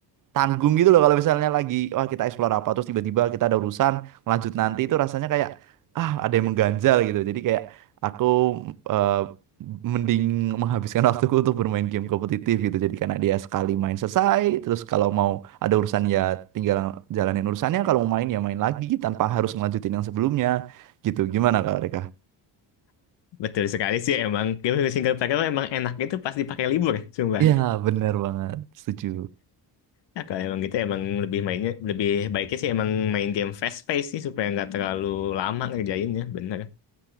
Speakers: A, on the right; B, on the left.
A: tanggung gitu loh kalau misalnya lagi wah kita explore apa terus tiba-tiba kita ada urusan lanjut nanti itu rasanya kayak ah ada yang mengganjal gitu jadi kayak aku eh, mending menghabiskan <laughs> waktuku untuk bermain game kompetitif gitu jadi karena dia sekali main selesai terus kalau mau ada urusan ya tinggal jalanin urusannya kalau mau main ya main lagi tanpa harus ngelanjutin yang sebelumnya gitu gimana Kak Reka?
B: betul sekali sih emang game single player tuh emang enak itu pas dipakai libur, sumpah.
A: Iya bener banget setuju
B: Ya, kalau emang gitu emang lebih mainnya lebih baiknya sih emang main game fast pace sih supaya nggak terlalu lama ngerjainnya, bener.